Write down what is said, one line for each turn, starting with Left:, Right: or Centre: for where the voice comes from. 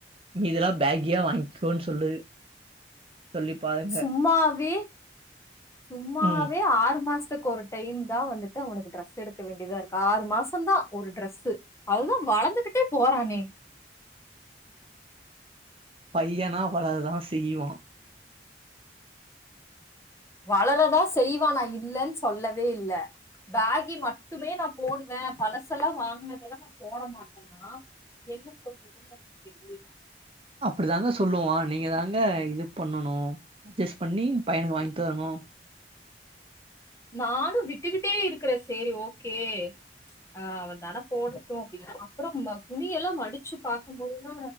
Right: மீதி எல்லா பேகியா வாங்கிக்கோன்னு சொல்லு சொல்லி பாருங்க.
Left: சும்மாவே சும்மாவே
Right: ம்.
Left: ஆறு மாசம் க்கு ஒரு டைம் தா வந்துட்டு அவனுக்கு ட்ரெஸ் எடுக்க வேண்டியதா இருக்கு ஆறு மாசந்தா ஒரு ட்ரெஸ்ஸு அதுதா வளந்துகிட்டே போறானே
Right: பையனா வளரதா செய்வா
Left: வளரதா செய்வா நா இல்லன்னு சொல்லவே இல்ல பேகி மட்டுமே நா போடுவே பழசெல்லா வாங்கினதெல்லா நா போட மாட்டேன்னா என்ன சொல்றதுன்னு எனக்கு தெரியல
Right: அப்டி தாங்க சொல்லுவா நீங்க தாங்க இது பண்ணணு அட்ஜஸ்ட் பண்ணி பையனுக்கு வாங்கிதரணு
Left: நானு விட்டுக்கிட்டே இருக்கிறே செரி ஓகே அ அவ தான போடட்டு அப்டின்ன அப்புறோ துணியெல்லா மடிச்சு பாக்கும்போதுதா